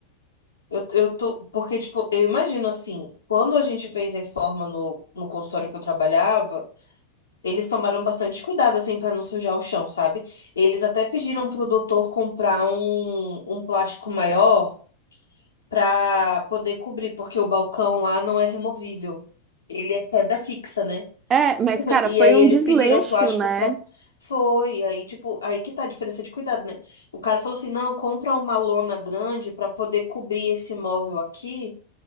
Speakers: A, on the left (about 70°); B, on the right (about 25°).
A: Eu, eu tô. Porque, tipo, eu imagino assim, quando a gente fez reforma no, no consultório que eu trabalhava, eles tomaram bastante cuidado, assim, pra não sujar o chão, sabe? Eles até pediram pro doutor comprar um, um plástico maior pra poder cobrir, porque o balcão lá não é removível. Ele é pedra fixa, né?
B: É, mas cara,
A: E
B: foi
A: aí
B: um
A: eles
B: desleixo,
A: pediram plástico
B: né?
A: pra. Foi, aí, tipo, aí que tá a diferença de cuidado, né? O cara falou assim: não, compra uma lona grande pra poder cobrir esse móvel aqui